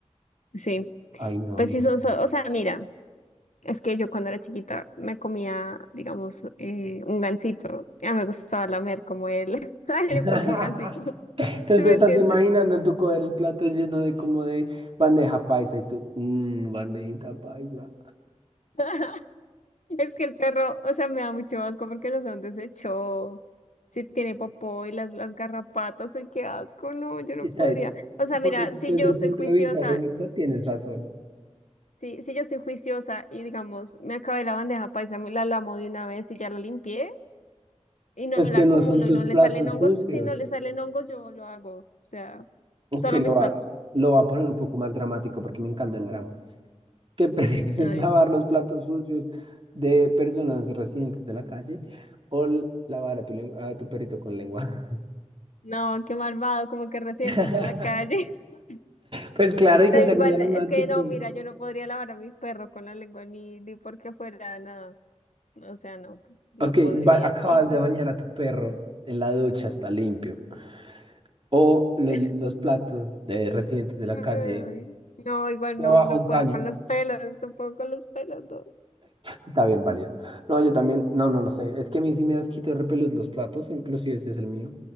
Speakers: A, on the left (about 80°); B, on the right (about 45°).
A: Sí,
B: Ay, no,
A: pues
B: a mí.
A: sí
B: eso
A: son,
B: me
A: so-
B: da-
A: o sea, mira, es que yo cuando era chiquita me comía, digamos, eh, un gansito. Ya me gustaba lamer como él. <laughs>
B: pena.
A: El empaque
B: <laughs>
A: del gansito,
B: Entonces
A: ¿sí me
B: te estás
A: entiendes?
B: imaginando tú coger el plato lleno de como de bandeja paisa y tú, mmm, bandejita paisa.
A: <laughs> Es que el perro, o sea, me da mucho asco porque los han deshecho. Si tiene popó y las, las garrapatas, ay, qué asco, no, yo no
B: Está
A: podría.
B: bien.
A: O sea, mira,
B: Por el-
A: si
B: desde
A: yo
B: el
A: soy
B: punto
A: juiciosa,
B: de vista higiénico tienes razón.
A: si, si yo soy juiciosa y digamos, me acabé la bandeja paisa, me la lamo de una vez y ya la limpié y no
B: Pues
A: la
B: que
A: acumulo
B: no son tus
A: y no
B: platos
A: le salen hongos,
B: sucios.
A: si no le salen hongos, yo lo hago. O sea, solo
B: Que lo
A: mis platos.
B: va, lo va a poner un poco más dramático porque me encanta el drama. Que prefieres
A: <laughs> A ver.
B: <laughs> lavar los platos sucios de personas residentes de la calle o l- lavar a tu, lengua- a tu perrito con lengua?
A: No, qué malvado, como que recientes
B: <laughs>
A: de la calle. <laughs>
B: Pues claro, hay
A: Da
B: que hacerlo
A: igual,
B: dramático.
A: es que no, mira, yo no podría lavar a mi perro con la lengua ni, ni porque fuera nada. O sea, no, no
B: Ok,
A: podría.
B: ba- acabas
A: ¿Y tú?
B: de bañar a tu perro en la ducha, está limpio. O los,
A: <laughs>
B: los platos de residentes de la
A: Ay,
B: calle
A: No, igual
B: debajo
A: no, no
B: de un
A: puedo
B: caño.
A: con los pelos, no puedo con los pelos, no.
B: Está bien válido. No, yo también, no, no, no sé. Es que a mí sí me da asquito de repelús los platos, inclusive ese es el mío.